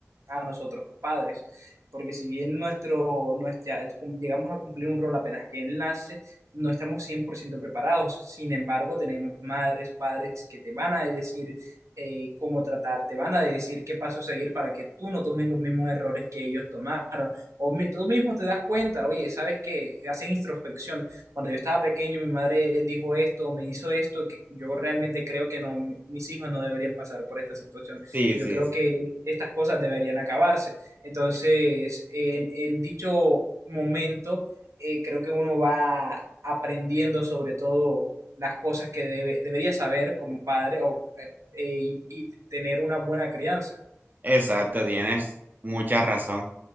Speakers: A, on the right; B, on the right.
A: a nosotros padres, porque si bien nuestro, nuestra, llegamos a cumplir un rol apenas que él nace, no estamos 100% preparados. Sin embargo, tenemos madres, padres que te van a decir eh, cómo tratar, te van a decir qué paso seguir para que tú no tomes los mismos errores que ellos tomaron. O mi- tú mismo te das cuenta, oye, ¿sabes que Haces introspección. Cuando yo estaba pequeño, mi madre dijo esto, me hizo esto, que yo realmente creo que no, mi- mis hijos no deberían pasar por esta situación.
B: Sí,
A: Y
B: sí,
A: yo creo
B: sí.
A: que estas cosas deberían acabarse. Entonces, en, en dicho momento, eh, creo que uno va aprendiendo sobre todo las cosas que debe- debería saber como padre o, eh, eh, y y tener una buena crianza.
B: exacto, tienes mucha razón.